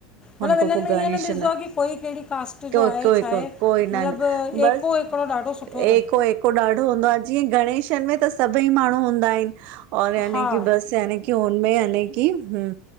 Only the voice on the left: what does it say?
मतलब इनन
में
ईअं न ॾिसंदो आहे की कोई कहिड़ी कास्ट
जो आहे
छा आहे
मतलब
ऐको ॾाढो सुठो अथन।
हा